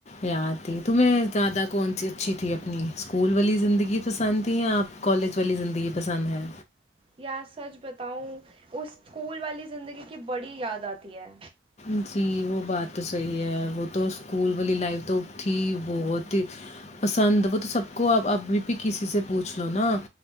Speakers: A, on the left; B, on the right.
A: یاد تھی تمہیں زیادہ کون سی اچھی تھی اپنی اسکول والی زندگی پسند تھی یا کالج والی زندگی پسند ہے
B: یا سچ بتاؤں اس اسکول والی زندگی کی بڑی یاد آتی ہے
A: جی وہ بات تو صحیح ہے وہ تو اسکول والی لائف تو تھی بہت ہی پسند وہ تو سب کو ا ابھی بھی کسی سے پوچھ لو نا